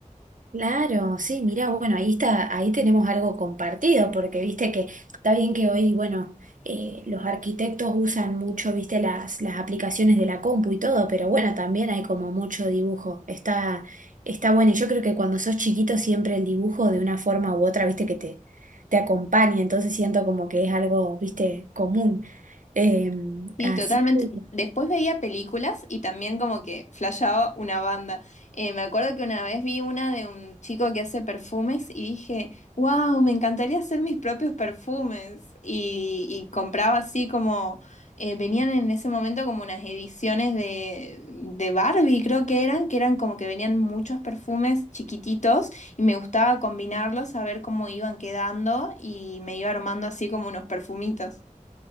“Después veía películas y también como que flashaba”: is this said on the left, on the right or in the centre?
Left